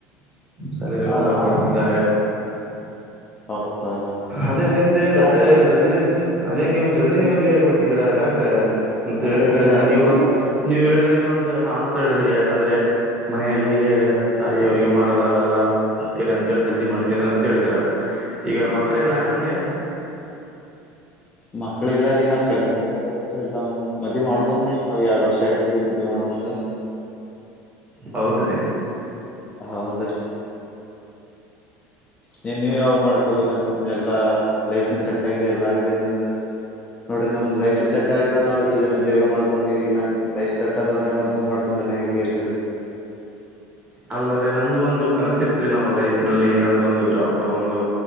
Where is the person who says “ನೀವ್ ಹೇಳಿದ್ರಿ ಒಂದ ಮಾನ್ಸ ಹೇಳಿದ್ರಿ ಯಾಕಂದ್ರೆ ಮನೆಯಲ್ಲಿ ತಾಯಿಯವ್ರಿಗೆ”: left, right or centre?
Right